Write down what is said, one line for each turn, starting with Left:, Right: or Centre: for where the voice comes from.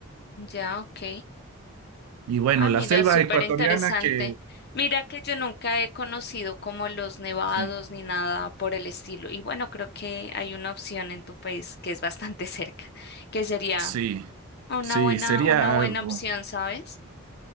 Left: ya, ok.
Right: Y bueno,
Left: Ah,
Right: la
Left: mira,
Right: selva
Left: súper
Right: ecuatoriana
Left: interesante.
Right: que...
Left: Mira que yo nunca he conocido como los nevados
Right: Sí.
Left: ni nada por el estilo. Y bueno, creo que hay una opción en tu país que es bastante <laughs> cerca, que sería
Right: Sí,
Left: una
Right: sí,
Left: buena,
Right: sería
Left: una buena
Right: algo,
Left: opción, ¿sabes?